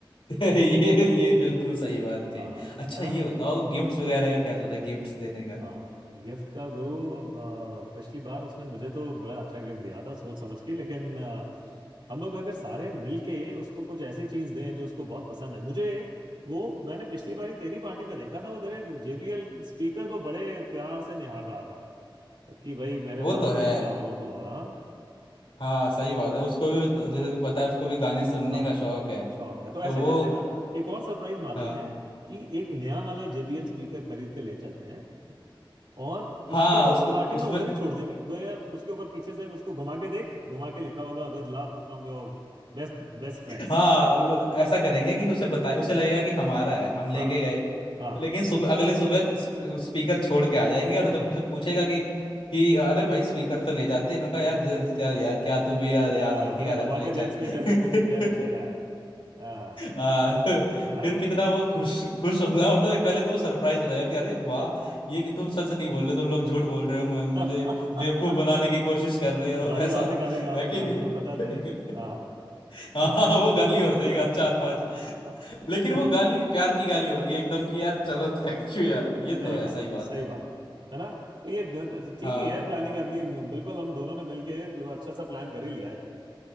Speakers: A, on the left (about 80°); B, on the right (about 65°).
A: <laughs> ये ये बिल्कुल सही बात कही
B: हाँ
A: अच्छा
B: है ना
A: ये बताओ गिफ्ट्स वगैरह का क्या सोचा गिफ्ट्स देने
B: हाँ गिफ्ट का गुरु अ, पिछली बार उसने मुझे तो बड़ा अच्छा गिफ्ट दिया था सोच समझ के लेकिन अ, हम लोग अगर सारे मिलके उसको कुछ ऐसी चीज दें जो उसको बहुत पसंद है मुझे वो मैंने पिछली बारी तेरी पार्टी में देखा था वो तेरे जेबीएल स्पीकर को बड़े प्यार से निहार रहा था कि भाई मेरे
A: वो
B: पास
A: तो
B: भी
A: है
B: ऐसा हो तो हाँ
A: हाँ सही बात है उसको भी तो, जैसे कि पता है उसको भी गाने सुनने
B: हाँ
A: का शौक है
B: शौक है तो ऐसा
A: तो वो
B: करते हैं ना एक और सरप्राइज मार
A: हाँ
B: देते हैं कि एक नया वाला जेबीएल स्पीकर खरीद के ले चलते हैं और उसको
A: हाँ उसको
B: पार्टी में
A: उसमें
B: उधर ही छोड़ देंगे भैया उसके ऊपर पीछे से उसको घुमा के देख घुमा के लिखा होगा with love from your best best friends
A: हाँ वो ऐसा करेंगे कि उसे बताए उसे लगेगा कि हमारा है हम लेके
B: हाँ
A: गए
B: हाँ
A: लेकिन सुबह अगले सुबह स्पीकर छोड़ के आ जाएंगे और
B: छोड़
A: जब
B: के
A: हमसे
B: आ गए
A: पूछेगा कि कि अरे भाई स्पीकर तो ले जाते मैं कहा यार चल चल यार क्या तू भी यार
B: आ,
A: याद रखेगा
B: जरा घुमा
A: रख ले
B: के
A: चल
B: देख स्पीकर
A: <laughs>
B: को पीछे क्या लिखेला है आ,
A: आ,
B: है ना
A: फिर कितना वो खुश खुश होगा मतलब एक पहले तो वो सरप्राइज हो जाएगा कि अरे वाह ये कि तुम सच नहीं बोल रहे तुम लोग झूठ बोल रहे हो मैं- मुझे
B: <laughs>
A: बेवकूफ बनाने की कोशिश कर रहे हो
B: गालियां
A: ऐसा
B: और निकालेगा हमें
A: है कि
B: राजू
A: नहीं
B: को बता
A: <laughs>
B: दे हाँ
A: हाँ
B: <laughs>
A: हाँ, वो गाली और देगा चार पांच लेकिन वो गाली प्यार की गाली होगी एकदम
B: हाँ,
A: कि यार चलो थैंक यू यार ये
B: सही
A: तो ऐसा
B: बात
A: ही बात
B: है सही
A: है
B: बात है है ना तो ये द- द- ठीक
A: हाँ
B: ही है प्लानिंग अपनी बिल्कुल हम दोनों ने मिलके अच्छा सा प्लान कर ही लिया है